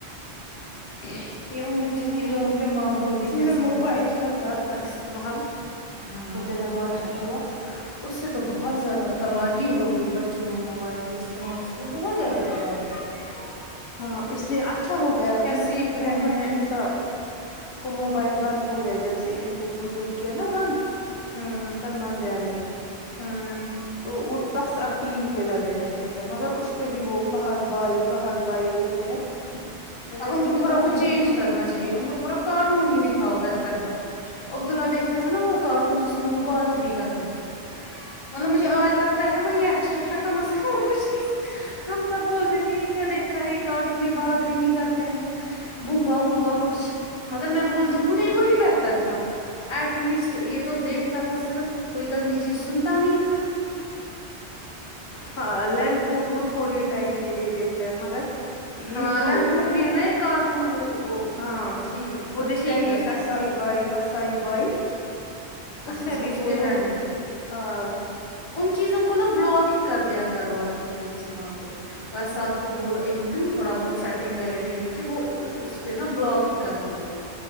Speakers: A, on the left (about 70°); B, on the left (about 35°).
A: ہہم۔۔
B: یہ ان بچوں کے گھروں پہ ماحول بھی کیسا
A: میں موبائل
B: ہوتا ہے
A: کا زیادہ استعمال
B: ہاں
A: مجھے
B: بہت
A: لگتا
B: زیادہ
A: ہے ہوا
B: اس سے تو بہت زیادہ تباہی ہو گئی بچوں میں موبائل کے استعمال سے بہت زیادہ تباہی ہ <inaudible>
A: ہاں اس لیے اچھا ہو گیا کہ
B: سیکھ رہے
A: محمد
B: ہیں
A: موسہ کو موبائل بند ہو گیا جب سے ان کو یوٹیوب کیا نا بند
B: ہاں
A: سلمان بھیا نے
B: ہاں
A: تو وہ بس اب ٹی وی پہ لگے رہے ہیں مگر اس پہ بھی وہ فہد بائی فہد بھائی دیکھتے ہیں میں چاہتی
B: ان کو تھوڑا
A: ہوں وہ بھی
B: چینج کرنا چاہیے ان کو تھوڑا کارٹون ہی دکھاؤ بہتر ہے عبد اللہ دیکھتا تھا نا وہ کارٹون جس میں وہ بات ہی نہیں کرتے تھے مطلب مجھے آج لگتا ہے وہی اچھا تھا کم از کم ہم کچھ نہیں سن ہم تب بولتے تھے یہ کیا دیکھتا ہے کارٹونے بعد بھی نہیں کرتے ہیں بوبا ووبا کچھ مگر میں بولتی ہوں نہیں وہی بہتر تھا ایٹ لیسٹ یہ تو دیکھتا تھا صرف کوئی گندی چیز سنتا نہیں تھا
A: ہاں لیمپ پوٹ وہ تھوڑی ٹائم کے لیے دیکھتا ہے مگر یہ
B: ہاں
A: جو
B: لیمپوٹ بھی ہے نا ایک کارٹون وہ وہ
A: ہاں
B: ٹھیک مطلب
A: وہ دیکھتا
B: ٹھیک
A: ہے یہ
B: اس
A: کسائی
B: میں
A: بائی وسائی بائی
B: اچھا
A: میں
B: اچھا اس
A: بھی وہ
B: پہ
A: لوگ
B: لینگویج
A: ہاں
B: ان چیزوں کو نا بلاک ہی کر دیا کرو آپ یوٹیوب سے وہاں پہ اور سب کو بولو ایک دن تھوڑا بہت سیٹنگ کرے ٹی وی کی وہ اس پہ نا بلاک ہی کر دیں ان کو